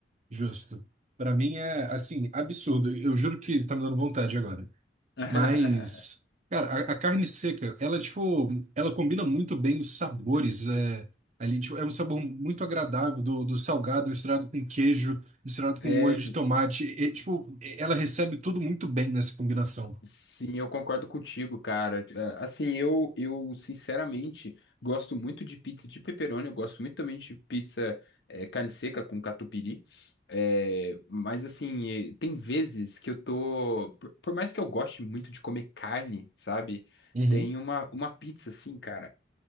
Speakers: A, on the right (about 40°); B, on the left (about 65°).
A: Justo. Pra mim é, assim, absurdo. Eu juro que tá me dando vontade agora.
B: <laughs>
A: Mas, cara, a, a carne seca, ela, tipo, ela combina muito bem os sabores. É, ali, tipo, é um sabor muito agradável do, do salgado misturado com queijo, misturado
B: É,
A: com molho de tomate. E, tipo, ela recebe tudo muito bem nessa combinação.
B: Sim, eu concordo contigo, cara. É, Assim, eu, eu sinceramente gosto muito de pizza de pepperoni, eu gosto muito também de pizza é, carne seca com catupiry. É, mas assim, eh, tem vezes que eu tô. Por, por mais que eu goste muito de comer carne, sabe?
A: Uhum.
B: Tem uma, uma pizza assim, cara.